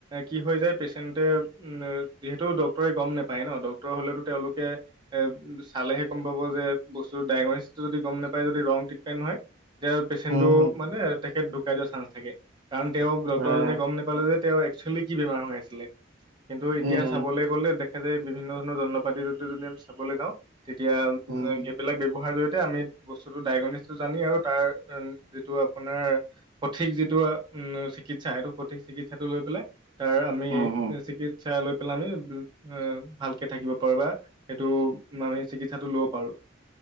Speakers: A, on the right; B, on the right.
A: কি হৈ যায় পেচেণ্টে, উম, যিহেতু ডক্তৰে গম নাপায় ন, ডাক্তৰ হ'লেটো তেওঁলোকে এ চালেহে গম পাব যে, বস্তু ডায়েগনিচটো যদি গম নোপায় যদি ৰং ট্ৰিটমেণ্ট হয়। তেতিয়া পেচেণ্টটো
B: উম, হুম।
A: মানে তেখেত ঢুকাই যোৱা চান্স থাকে। কাৰণ তেওঁ ডক্তৰজনে
B: হয়।
A: গ'ম নোপালে যে, তেওঁ একচুৱেলি কি বেমাৰ হৈ আছিলে। কিন্তু এতিয়া
B: উম,
A: চাবলৈ গ'লে দেখা যায় বি ভিন্ন ধৰণৰ যন্ত্ৰ-পাতি য যদি আমি চাবলৈ যাওঁ, তেতিয়া
B: উম, উম, উম।
A: সেইবিলাক ব্যৱহাৰ জৰিয়তে আমি বস্তুটো ডাইগনিছটো জানি, আৰু তাৰ যিটো আপোনাৰ সঠিক যিটো উম চিকিৎসা, সেইটো সঠিক চিকিৎসাটো লৈ পেলাই তাৰ আমি
B: উম, উম।
A: চিকিৎসা লৈ পেলাই, আমি আঁ ভালকে থাকিব পাৰো বা। সেইটো মানে চিকিৎসাটো লব পাৰো।